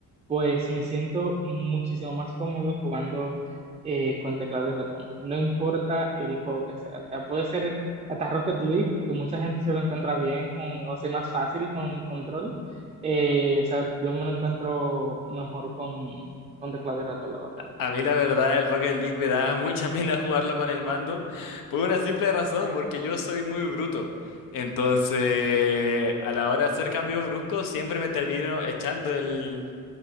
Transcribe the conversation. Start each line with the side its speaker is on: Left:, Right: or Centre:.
Right: Pues me siento muchísimo más cómodo jugando eh, con teclado y ratón. No importa el juego que sea. O sea, puede ser hasta Rocket League, que mucha gente se lo encuentra bien con, o sea, más fácil con control. Eh, o sea, yo me lo encuentro mejor con, con teclado y ratón, la verdad.
Left: A mí la verdad el Rocket League me da <laughs> mucha pena jugarlo con el mando por una simple razón, porque yo soy muy bruto. Entonces, a la hora de hacer cambios bruscos, siempre me termino echando el,